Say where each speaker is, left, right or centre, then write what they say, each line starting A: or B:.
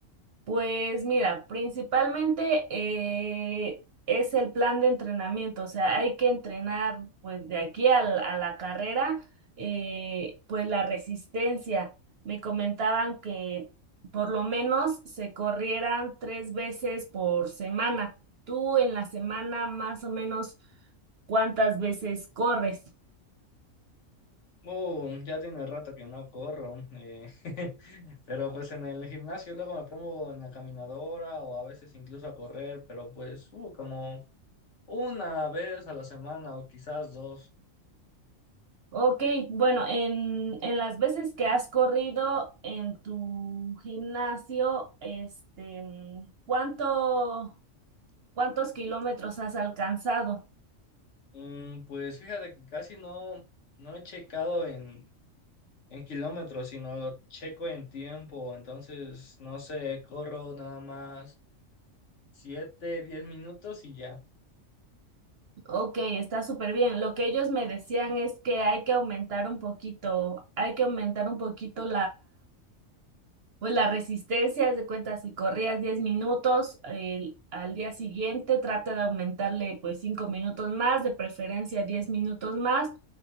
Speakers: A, on the right; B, on the left.
A: Pues mira, principalmente eh, es el plan de entrenamiento, o sea, hay que entrenar pues de aquí al- a, la carrera, eh, pues la resistencia. Me comentaban que por lo menos se corrieran tres veces por semana. ¿Tú en la semana más o menos cuántas veces corres?
B: Uh, ya tiene rato que no corro, eh, <laughs> pero pues en el gimnasio luego me pongo en la caminadora o a veces incluso a correr, pero pues uh, como una vez a la semana o quizás dos.
A: Ok, bueno, en, en las veces que has corrido en tu gimnasio, este, mm, ¿cuánto, cuántos kilómetros has alcanzado?
B: Mm, pues fíjate que casi no, no he checado en, en kilómetros, sino lo checo en tiempo, entonces no sé, corro nada más siete, diez minutos y ya.
A: Ok, está súper bien. Lo que ellos me decían es que hay que aumentar un poquito, hay que aumentar un poquito Pues la resistencia, haz de cuenta, si corrías 10 minutos, el- al día siguiente trata de aumentarle pues 5 minutos más, de preferencia 10 minutos más.